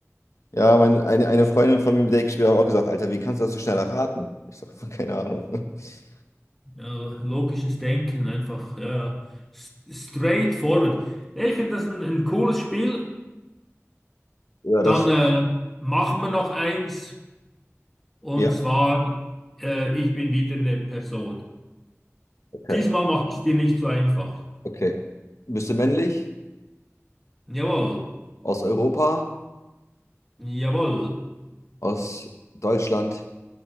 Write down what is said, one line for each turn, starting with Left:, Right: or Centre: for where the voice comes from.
Left: Ja, meine, eine, eine Freundin von mir, mit der ich gespielt habe, hat auch gesagt, Alter, wie kannst du das so schnell erraten? Ich sage, keine Ahnung. <laughs>
Centre: Ja, logisches Denken, einfach ja, ja. s- straightforward. Ja, ich finde das ein, ein cooles Spiel.
Left: Ja, das,
Centre: Dann äh, machen wir noch eins, und
Left: ja,
Centre: zwar, äh, ich bin wieder eine Person.
Left: okay,
Centre: Diesmal mache ich es dir nicht so einfach.
Left: okay. Bist du männlich?
Centre: Jawohl,
Left: Aus Europa?
Centre: jawohl,
Left: Aus Deutschland?